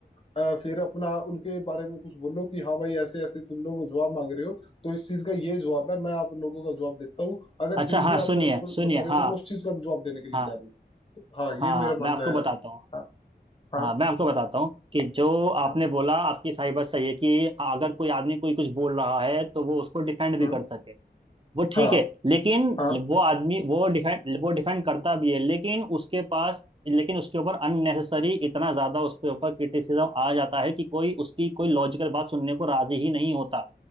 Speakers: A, on the left; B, on the right.
A: अ, फिर अपना उनके बारे में कुछ बोलो कि हाँ भाई ऐसे ऐसे तुम लोग जवाब मांग रहे हो तो इस चीज का ये जवाब है मैं आप लोगों का जवाब देता हूँ अगर
B: अच्छा
A: फिर
B: हाँ
A: भी आप
B: सुनिए
A: मेरे को कुछ
B: सुनिए
A: बता रहे
B: हाँ
A: हो तो मैं उस चीज का भी जवाब देने के लिए
B: हाँ
A: तैयार हूँ हाँ
B: हाँ
A: ये मेरा
B: मैं
A: मानना
B: आपको
A: है यार
B: बताता हूँ
A: हाँ हाँ
B: हाँ मैं आपको बताता हूँ कि जो आपने
A: हाँ
B: बोला आपकी सही बात सही है कि अगर कोई आदमी कोई कुछ बोल रहा है तो वो उसको डिफेंड भी
A: हम्म,
B: कर सके वो ठीक
A: हाँ
B: है लेकिन
A: हाँ
B: वो आदमी वो डिफेंड वो डिफेंड करता भी है लेकिन उसके पास लेकिन उसके ऊपर अननेसेसरी इतना ज्यादा उसके ऊपर क्रिटिसिज्म आ जाता है कि कोई उसकी कोई लॉजिकल बात सुनने को राजी ही नहीं होता